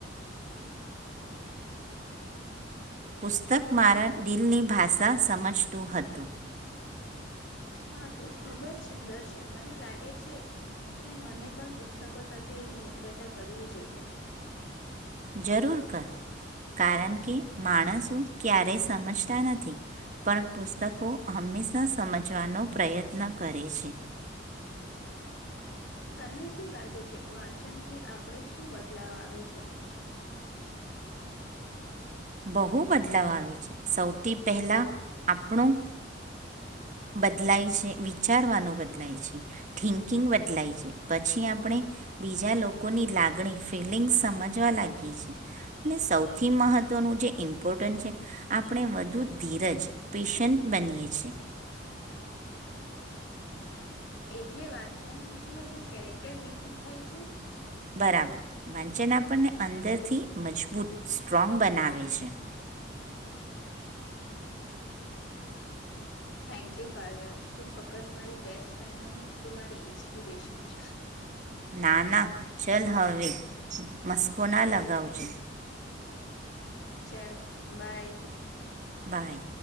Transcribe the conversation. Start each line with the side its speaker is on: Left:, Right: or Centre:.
Right: પુસ્તક
Left: હા
Right: મારા દિલની ભાત. આશા સમજતું હતું.
Left: હા તો ખુબ જ સુંદર છે, મને લાગે છે, કે મને પણ પુસ્તકો સાથે એવી મિત્રતા કરવી જોઈએ.
Right: જરૂર કર કારણ કે માણસો ક્યારેય સમજતા નથી પણ પુસ્તકો હંમેશા સમજવાનો પ્રયત્ન કરે છે.
Left: તને શું લાગે છે, વાંચનથી આપણે શું બદલાવ આવે છે.
Right: બહુ બદલાવ આવે છે, સૌથી પહેલાં આપણું. બદલાય છે, વિચ વિચારવાનું બદલાય છે, થિંકિંગ બદલાય છે, પછી આપણે બીજા લોકોની લાગણી ફિલિંગ્સ સમજવા લાગીએ છીએ અને સૌથી મહત્ત્વ નું જે ઇમ્પોર્ટન્ટ છે, આપણે વધુ ધીરજ પેશન્ટ બનીએ છીએ.
Left: એટલે વાત છે, એમ જે આપણું કેરેક્ટર બિલ્ડ થાય છે.
Right: બરાબર વાંચન આપણને અંદરથી મજબૂત સ્ટ્રોંગ બનાવે છે.
Left: <inaudible> થેન્ક યુ કાવ્ય તું ફક્ત મારી <unintelligible> ફ્રેડ <unintelligible> ઇન્પિરેશન છે.
Right: ના ના. ચલ હવે. મસ્કો ના લગાવજ
Left: ચાલ બાય.
Right: બાય.